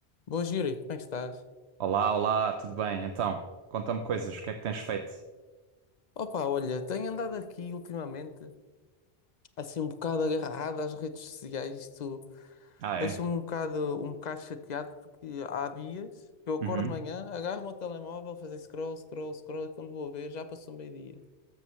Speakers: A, on the left (about 50°); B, on the right (about 75°).
A: Boa, Yuri, como é que estás?
B: Olá, olá, tudo bem? Então, conta-me coisas, o que é que tens feito?
A: Opa, olha, tenho andado aqui ultimamente, assim, um bocado agarrado às redes sociais. Isto
B: Ah, é?
A: deixa-me um bocado, um bocado chateado, porque há dias que eu acordo
B: Uhum.
A: de manhã, agarro o meu telemóvel, fazer scroll, scroll, scroll, e quando vou ver, já passou meio-dia.